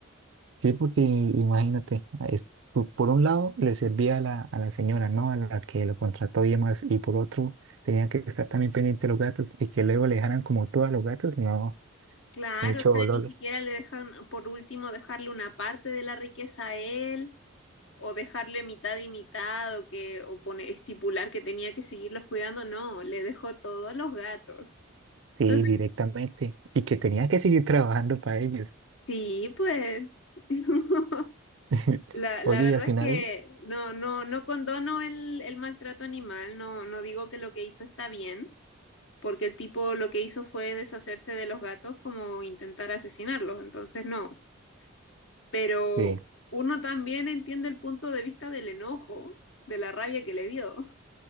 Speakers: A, on the right; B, on the left.
A: Sí, porque imagínate, a es- po- por un lado le servía a la, a la señora, ¿no? A la que lo contrató y demás, y por otro tenía que estar también pendiente de los gatos y que luego le dejaran como todo a los gatos, no,
B: Claro,
A: mucho
B: o sea,
A: dolor.
B: ni siquiera le dejan, por último, dejarle una parte de la riqueza a él o dejarle mitad y mitad o que o pone, estipular que tenía que seguirlos cuidando, no, le dejó todo a los gatos.
A: Sí,
B: Entonces,
A: directamente. Y que tenía que seguir trabajando para ellos.
B: sí, pues <laughs>
A: <laughs>
B: la,
A: Oye,
B: la verdad
A: y al final,
B: es que no no no condono el, el maltrato animal, no no digo que lo que hizo está bien, porque el tipo lo que hizo fue deshacerse de los gatos como intentar asesinarlos, entonces no, pero
A: sí.
B: uno también entiende el punto de vista del enojo, de la rabia que le dio.